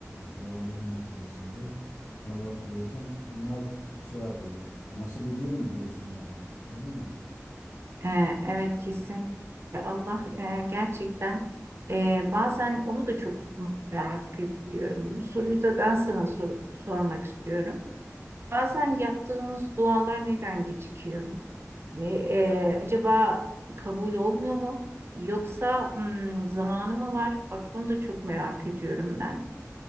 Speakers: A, on the left (about 65°); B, on the right (about 50°).
A: e, duaların neticesinde Allah diyorsun bana şey yapıyor. Nasip ediyor mu diyorsun yani? Öyle mi?
B: E, evet kesin Allah e, gerçekten e, bazen onu da çok merak ediyorum. Bu soruyu da ben sana sor- sormak istiyorum. Bazen yaptığımız dualar neden gecikiyor? Hani e, acaba kabul olmuyor mu? Yoksa hmm, zamanı mı var? Bak bunu da çok merak ediyorum ben.